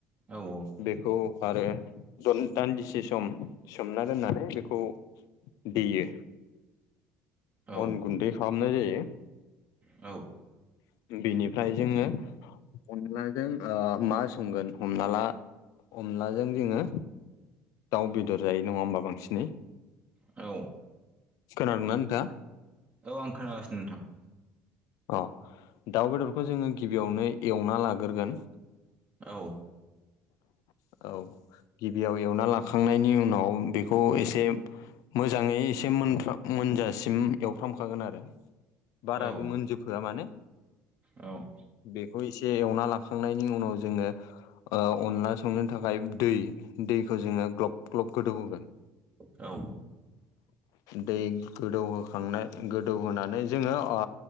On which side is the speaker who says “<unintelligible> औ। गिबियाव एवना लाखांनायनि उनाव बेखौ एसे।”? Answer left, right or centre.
Left